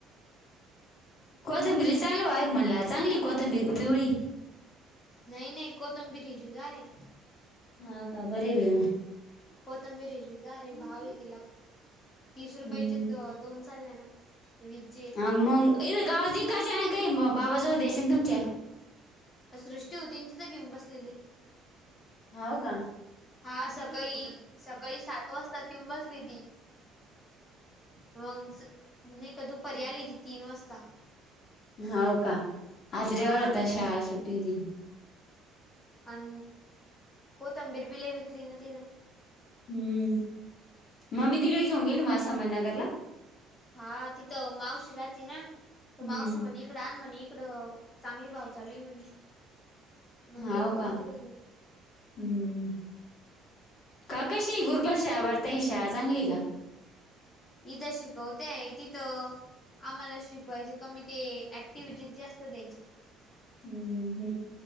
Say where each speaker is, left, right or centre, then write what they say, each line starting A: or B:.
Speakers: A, on the left (about 55°); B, on the left (about 20°).
A: कोथंबीरी चांगलं वाढला म्हणला चांगली कोथंबीर का पिवळी
B: नाही नाही कोथंबीर हिरवी गार हाय.
A: हा का बर हो,
B: कोथंबीरी हिरवी गार आहे. भाव आहे तिला तीस
A: हम्म.
B: रुपयाचे अ दोन चालले ना. वीस चे
A: अ मग इथे गावाची कायची ना काही भावा जवळ द्यायची ना तुमच्या,
B: सृष्टी होती तिथं घेऊन बसलेली.
A: हो, का.
B: हा सकाळी सकाळी सात वाजता ति येऊन बसली ती. मंग नाही का दुपारी आली ती तीन वाजता.
A: हो का आज रविवार
B: हा
A: होता शाळा सुट्टी होती.
B: आण कोथबीर बी लय विकली ना तिन.
A: हम्म, मग मी तिकडे घेऊन गेले माझ्या संग नगरला.
B: हा तिथं मावशी राहते ना त
A: हम्म
B: मावशी म्हणे, इकड आण म्हणे इकडं चांगली भाव चालली म्हणे. मग
A: हो
B: गेली मम्मी
A: का
B: तिकडे घेऊन.
A: हम्म का कशी गुरुकुल शाळा? बरं ताई ही शाळा चांगली का?
B: इद शिकवत्याय तिथं आम्हाला शिकवायचे कमी ते ऍक्टिव्हिटीज जास्त द्यायचे.
A: हम्म हम्म